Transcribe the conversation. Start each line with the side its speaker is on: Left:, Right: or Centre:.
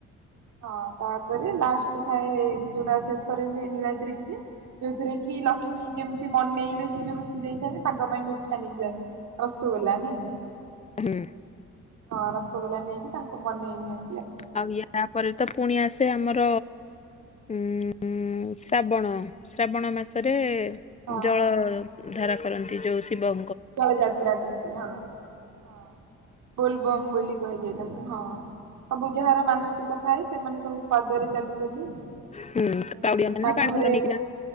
Right: ହଁ ତାପରେ ଲାଷ୍ଟରେ ଥାଏ ଯୋଉଟା ଶେଷରେ ହୁଏ ନୀଳାଦ୍ରି ବିଜେ ଯୋଉଥିରେ କି ଲକ୍ଷ୍ମୀ କେମିତି ମନେଇବେ ସେ ଯୋଉ ରୁଷି ଯାଇଥାନ୍ତି ତାଙ୍କ ପାଇଁ ମିଠା ନେଇକି ଯାଆନ୍ତି। ରସଗୋଲା ନାଇଁ
Left: ହୁଁ।
Right: ହଁ ରସଗୋଲା ନେଇକି ତାଙ୍କୁ ମନେଇ ନିିଅ
Left: ଆଉ ୟା ପରେ ତ ପୁଣି ଆସେ ଆମର ଉଁ ଉଁ ଶାବଣ। ଶ୍ରାବଣ ମାସରେ
Right: ହଁ
Left: ଜଳ ଧାରା କରନ୍ତି ଯୋଉ ଶିବ
Right: ଜଳ ଯାତ୍ରା କରନ୍ତି ହଁ ହଁ ବୋଲବମ ବୋଲି କୁହାଯାଏ ତାକୁ ହଁ। ସବୁ ଯାହାର ମାନସିକ ଥାଏ ସେମାନେ ସବୁ ପାଦରେ ଚାଲି ଚାଲି ଏ
Left: ହୁଁ କାଉଡିଆ ମାନେ
Right: କାନ୍ଧରେ
Left: ପାଣି ଭାର ନେଇକି